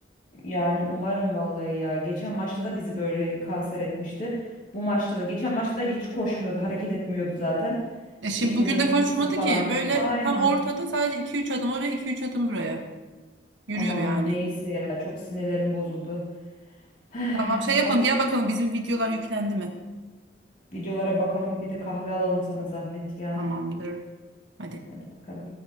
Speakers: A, on the left; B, on the right.
A: Yani umarım vallahi ya. Geçen maçta da bizi böyle kanser etmişti. Bu maçta da geçen maçta da hiç koşmuyordu hareket etmiyordu zaten.
B: E şimdi
A: İşte
B: bugün
A: menisküsün
B: de koşmadı
A: falan
B: ki böyle
A: aynen.
B: tam ortada sadece iki üç adım oraya iki üç adım buraya. Yürüyor
A: Ama
B: yani.
A: neyse ya çok sinirlerim bozuldu. <sighs>
B: Tamam şey yapalım
A: Artık
B: gel bakalım bizim videolar yüklendi mi?
A: videolara bakalım bir de kahve alalım sana zahmet yani.
B: Tamamdır. Hadi.
A: Hadi bakalım.